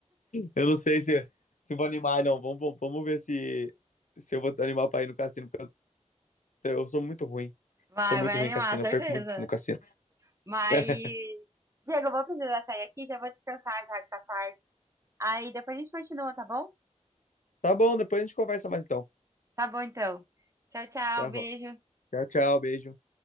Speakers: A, on the left; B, on the right.
A: Eu não sei se, se vou animar, não. Vamos, vamos, vamos ver se, se eu vou animar pra ir no cassino. Eu sou muito ruim.
B: Vai,
A: Sou muito
B: vai
A: ruim
B: animar,
A: em cassino.
B: certeza.
A: Eu perco muito no cassino.
B: Mas,
A: <laughs>
B: Diego, eu vou precisar sair aqui, já vou descansar já que tá tarde. Aí depois a gente continua, tá bom?
A: Tá bom, depois a gente conversa mais então.
B: Tá bom, então. Tchau, tchau,
A: Tá
B: beijo.
A: bom. Tchau, tchau. Beijo.